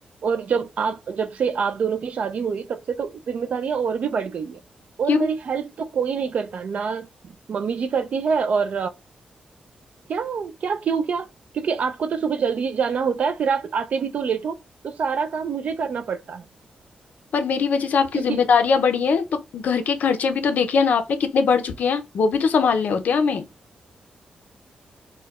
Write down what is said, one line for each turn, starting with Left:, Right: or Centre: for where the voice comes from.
Right: और जब आप जब से आप दोनों की शादी हुई तब से तो जिम्मेदारियां और भी बढ़ गई है
Left: क्यों
Right: और मेरी हेल्प तो कोई नहीं करता ना मम्मी जी करती है और क्या क्या क्यों क्या क्योंकि आपको तो सुबह जल्दी जाना होता है फिर आप आते भी तो लेट हो तो सारा काम मुझे करना पड़ता है
Left: पर मेरी वजह से आपकी
Right: क्योंकि
Left: जिम्मेदारियां बढ़ी हैं तो घर के खर्चे भी तो देखिए ना आपने कितने बढ़ चुके हैं वो भी तो संभालने होते हैं हमें